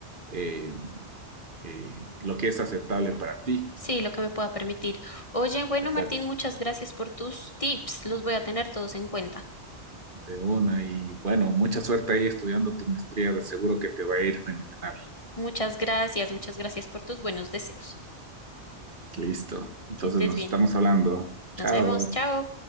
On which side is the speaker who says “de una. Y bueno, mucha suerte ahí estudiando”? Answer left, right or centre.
Right